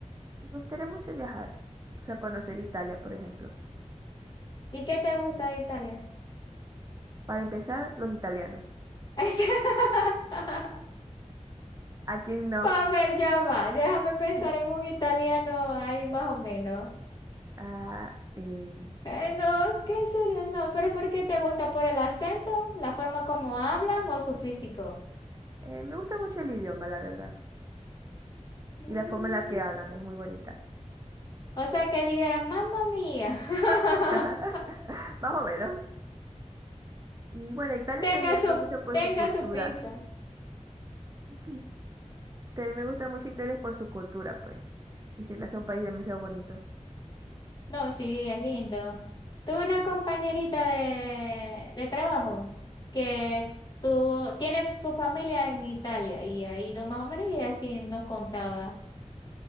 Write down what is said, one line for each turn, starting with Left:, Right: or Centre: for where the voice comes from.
Right: Me gustaría mucho viajar, o sea, conocer Italia, por ejemplo.
Left: ¿Y qué te gusta de Italia?
Right: Para empezar, los italianos.
Left: <laughs>
Right: ¿A quién no?
Left: Para ver, ya va, déjame pensar
Right: <laughs>
Left: en un italiano ahí más o menos.
Right: Ah, em,
Left: Eh, no, ¿qué serio? No, pero ¿por qué te gusta? ¿Por el acento? ¿La forma como hablan o su físico?
Right: eh, me gusta mucho el idioma, la verdad.
Left: Mm.
Right: Y la forma en la que hablan es muy bonita.
Left: O sea, que digan, mamma mía, <laughs>
Right: <laughs> Más o menos. Y bueno, Italia
Left: tenga
Right: también me gusta
Left: su,
Right: mucho por
Left: tenga
Right: su cultura.
Left: su pizza.
Right: <laughs> Ujú. También me gusta mucho Italia por su cultura, pues. Y se me hace un país demasiado bonito.
Left: No, sí, es lindo. Tuve una compañerita de, de trabajo que estuvo, tiene su familia en Italia y ha ido más o menos y así nos contaba